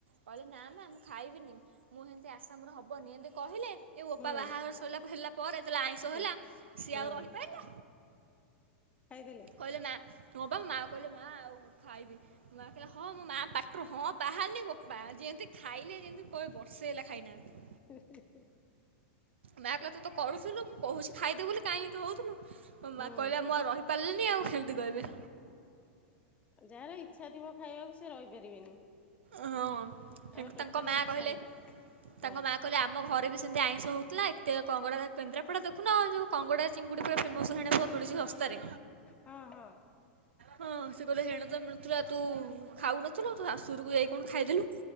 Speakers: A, on the right; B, on the left.
A: କହିଲେ ନା ନା ଖାଇବିନି, ମୁଁ ଏମିତି ଆଶା ମୋର ହେବନି। ଏମିତି କହିଲେ। ଏ ବୋପା,
B: ହୁଁ
A: ବାହାଘର ସଇଲା ହେଲା ପରେ ଯେତେବେଳେ ଆଇଁଷ
B: ହୁଁ
A: ହେଲା ସିଏ
B: ହୁଁ
A: ଆଉ ରହିପାରିଲା।
B: ଖାଇଦେଲେ।
A: କହିଲେ ମା ହଁ ବା, ମା କହିଲେ, ମା ଆଉ ଖାଇବି ମାଆ କହିଲେ ହଁ ମୋ ମା ପାଟି ରୁ ହଁ ବାହାରନି ବୋପା ଯିଏ ମିତି ଖାଇଲେ ଯେମିତି କହେ ବର୍ଷେ ହେଲା ଖାଇନାହାନ୍ତି।
B: ହ ହ
A: ନା କଇଲା ତୁ ତ କରୁଥିଲୁ, ମୁଁ କହୁଛି ଖାଇଦେ ବୋଲି କାହିଁ ଏମିତି ହଉଥିଲୁ। ମୋ
B: ହୁଁ।
A: ମା କହିଲା ମୁଁ ଆଉ ରହିପାରିଲିନି ଆଉ ହେମତି କହିବେ।
B: ଯାହାର ଇଚ୍ଛା ଥିବ ଖାଇବାକୁ ସେ ରହିପାରିବେନି।
A: ଏ ହଁ
B: ଆମର
A: ହେ
B: ଟୋଟାଲି
A: ତାଙ୍କ ମାଆ
B: ଇଚ୍ଛା
A: କହିଲେ,
B: ନାହିଁ
A: ତାଙ୍କ
B: ହଁ।
A: ମା କହିଲେ ଆମ ଆମ ଘରେ ବି ସେମିତି ଆଇଁଷ ହଉଥିଲା। ଏତେ କଙ୍କଡା ତା କେନ୍ଦ୍ରାପଡା ଦେଖୁନ ଆ, ଯୋଉ କଙ୍ଗଡା ଚିଙ୍ଗୁଡି ପୁରା ଫେମ ସ ଶେଣେ ବହୁତ ମିଳୁଚି ଶସ୍ତାରେ।
B: ହଁ ହଁ
A: ହଁ, ସେ କହିଲେ ହେଣେ ତ ମିଳୁଥିଲା ତୁ ଖାଉନଥିଲୁ ତ ଶାଶୁ ଘରକୁ ଯାଇ କଣ ଖାଇଦେଲୁ।